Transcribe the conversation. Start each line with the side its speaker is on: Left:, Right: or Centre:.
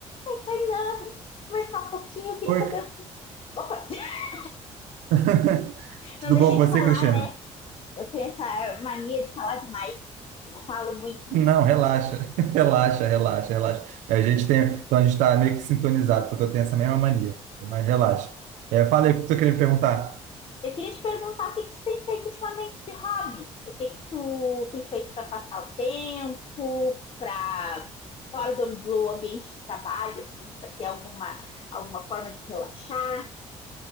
Left: Ai, Kainan, vamos conversar um pouquinho, eu queria
Right: Oi.
Left: saber o que. Opa, <laughs>
Right: <laughs> Tudo
Left: não deixei
Right: bom com
Left: de
Right: você,
Left: falar,
Right: Cristiano?
Left: né? Eu tenho essa mania de falar demais. Falo muito,
Right: Não,
Left: muito,
Right: relaxa,
Left: muito.
Right: <laughs> relaxa, relaxa, relaxa. A gente tem, então a gente está meio que sintonizado, porque eu tenho essa mesma mania, mas relaxa. É, fala aí o que tu queria me perguntar.
Left: Eu queria te perguntar o que, que tu tem feito ultimamente de hobbies. O que, que tu tem feito para passar o tempo, para fora do, do ambiente de trabalho, assim, para ter alguma, alguma forma de relaxar.